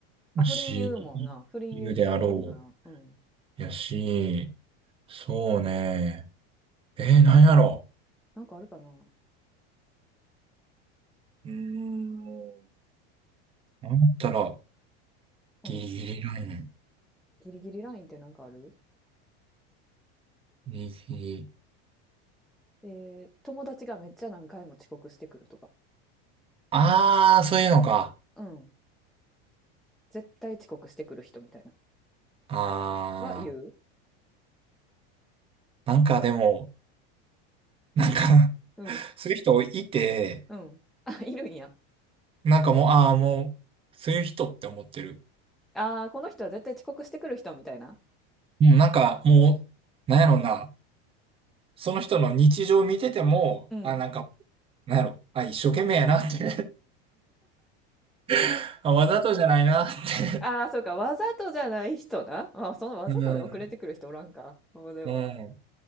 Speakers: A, in the centre; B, on the right (about 15°).
A: あ、
B: うし、
A: 不倫言うもんな。不倫言うって言ってたもんな。
B: 言うであろ
A: うん。
B: う。やし、そうね。えー、なんやろ
A: なんかあるかな
B: う。うーん。なんやったら、
A: うん。
B: ギリギリライン。
A: ギリギリラインってなんかある
B: 右。
A: えー友達がめっちゃ何回も遅刻してくるとか。
B: ああ、そういうのか。
A: うん。絶対遅刻してくる人みたいな。
B: ああ、
A: は言う
B: なんかでも、なんか
A: うん。
B: <laughs> そういう人いて、
A: うん。<laughs> あ、いるんや。
B: なんかもう、ああ、もう、そういう人って思ってる。
A: ああ、この人は絶対遅刻してくる人みたいな。
B: もうなんかもう、なんやろな、その人の日常見てても、
A: うん。
B: あ、なんか、なんやろ、あ、一生懸命やなって <laughs> あ、わざとじゃないなって
A: ああ、そうか。わざとじゃない人な。まあ、そのわざとで遅れてくる人おらんか。
B: うん、
A: まあでも。
B: うん、っ